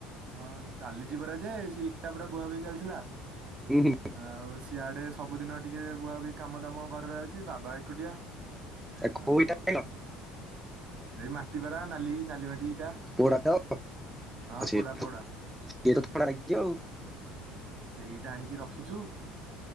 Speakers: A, on the right; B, in the centre.
A: ହଁ ଚାଲିଛି ପରା ଯେ ସେ ଇଟା ପରା ବୁହାବୁହି ଚାଲିଥିଲା।
B: ହୁଁ, ହୁଁ।
A: ଆଉ ସିଆଡେ ସବୁଦିନ ଟିକେ ବୁହା ବୁହି କାମ ଦାମ ଘରେରେ ଅଛି ବାବା ଏକୁଟିଆ
B: କୋଉଟା
A: ଆଉ
B: ଖାଇଲ
A: ଏଇ ମାଟି ପରା ନାଲି ନାଲି ମାଟି ଏଇଟା
B: ପୋଡ଼ା ତ
A: ହଁ
B: ସିଏ
A: ା
B: ସିଏ ତ ଥଣ୍ଡା ଲାଗିଛି ଆଉ
A: ସେଇଟା ଆଣିକି ରଖିଛୁ